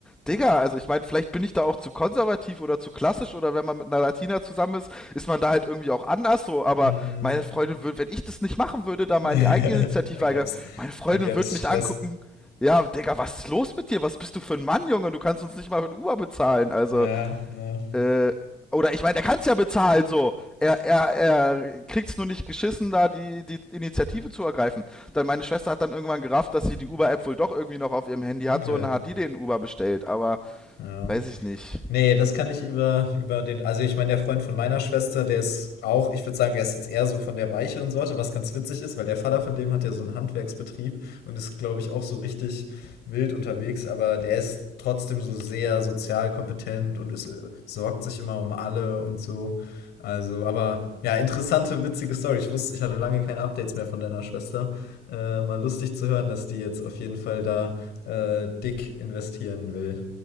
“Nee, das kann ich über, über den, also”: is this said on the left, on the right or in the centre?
Left